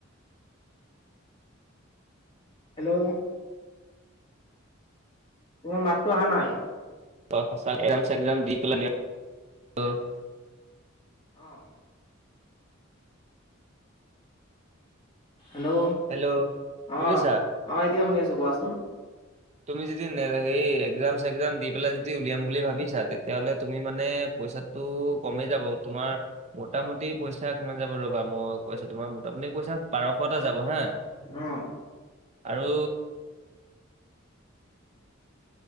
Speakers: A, on the left (about 25°); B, on the right (about 35°).
A: হেল্ল'। তোমাৰ মাতটো অহা নাই।
B: অ' <unintelligible> চেক্জাম দি পেলাই <unintelligible>
A: অ'। হেল্ল'
B: হেল্ল'
A: অ',
B: শুনিছা
A: অ', এতিয়া শুনি আছোঁ কোৱাচোন।
B: তুমি যদি সেই একজাম চেগ্জাম দি পেলাই যদি উলিয়াম বুলি ভাবিছা, তেতিয়াহ'লে তুমি মানে পইচা টো কমি যাব, তোমাৰ মোটামুটি পইচা কিমান যাব ৰ'বা মই কৈছো তোমাৰ মোটামুটি পইচা বাৰশ ব হা,
A: অ
B: আৰু